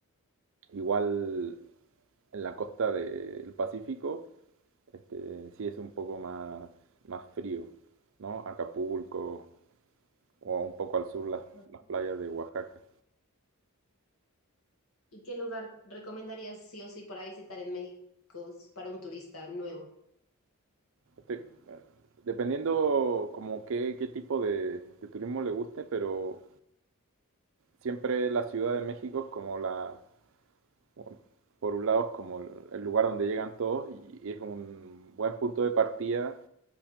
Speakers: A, on the right; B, on the left.
A: Igual en la costa del Pacífico, este, sí es un poco más, más frío, ¿no? Acapulco o un poco al sur las,
B: Ok.
A: las playas de Oaxaca.
B: ¿Y qué lugar recomendarías sí o sí para visitar en México s- para un turista nuevo?
A: Este, dependiendo como qué, qué tipo de, de turismo le guste, pero siempre la Ciudad de México es como la, como- por un lado es como el el lugar donde llegan todos y y es un buen punto de partida,